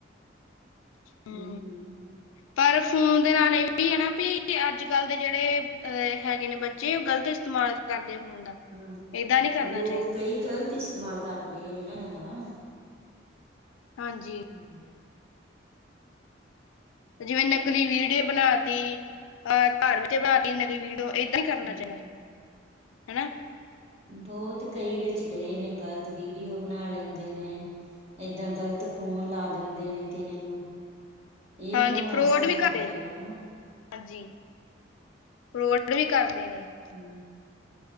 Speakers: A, on the left; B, on the right.
A: ਹੂੰ
B: ਹਮ
A: ਪਰ ਫੋਨ ਦੇ ਨਾਲ ਏ ਵੀ ਹਨਾ ਵੀ ਅੱਜ ਕੱਲ ਦੇ ਜੇੜੇ ਅ ਹੈਗੇ ਨੇ ਬ ਜੇ ਓ ਗਲਤ ਇਸਤੇਮਾਲ ਕਰਦੇ। ਫੋਨ ਦਾ
B: ਹਾਂ
A: ਏਦਾਂ ਨਹੀਂ ਕਰਨਾ
B: ਲੋਕ
A: ਚਾਹੀਦਾ
B: ਕਈ ਗ਼ਲਤ ਇਸਤੇਮਾਲ ਕਰਨ ਦਏ ਆ ਇਦਾ
A: ਹਾਂਜੀ
B: ਹੂੰ
A: ਜਿਵੇਂ ਨਕਲੀ ਵੀਡੀਓ ਬਣਾਤੀ ਅ ਘਰ ਵਿੱਚ ਬਣਾਤੀ ਨਕਲੀ ਵੀਡੀਓ ਇ ਨਈ ਕਰਨਾ
B: ਹਮ
A: ਚਾਈਦਾ ਹਨਾ।
B: ਬੋਤ ਕਈ ਵਿੱਚ ਦਏ ਨੇ ਗਲਤ ਵੀਡੀਓ ਬਣਾ ਲੈਂਦੇ ਨੇ ਏਦਾਂ ਗਲਤ ਫੋਨ ਲਾ ਦਿੰਦੇ ਨੇ ਕਿਹੇ ਨੂੰ ਏ
A: ਹਾਂਜੀ
B: ਉਨਾਂ ਵਾਸਤੇ
A: ਫਰੋਡ
B: ਮਾੜੀ
A: ਵੀ ਕਰਦੇ
B: ਗੱਲ
A: ਜੀ
B: ਆ ਨਾ।
A: ਹਾਂਜੀ ਰੋਟ ਵੀ ਕਰਦੇ ਨੇ।
B: ਹੂੰ